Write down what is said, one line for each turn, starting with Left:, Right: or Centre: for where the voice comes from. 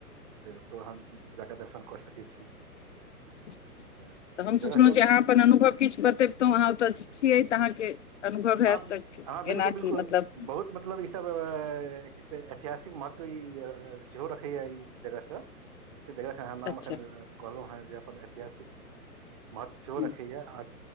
Right: से ब। तऽ हम जााकऽ दर्शन कऽ सकैत छी।
Left: तऽ
Right: जगहसभ
Left: हम सोचलहुँ जे अहाँ अपन अनुभव किछु बतेब कतहु अहाँ ओतऽ छियै तऽ अहाँके अनुभव हैत
Right: हँ
Left: तऽ
Right: हँ बिलकुल
Left: एना
Right: बिलकुल
Left: की मतलब
Right: बहुत मतलब इ सब। ऐतिहासिक मत सेहो रखैया ई जगहसँ ज। ए जगहके अहाँ नाम
Left: अच्छा
Right: एखन कहलहुँ हेँ जे अपन ऐतिहासिक महत्व सेहो
Left: हूँ,
Right: रखैएा आ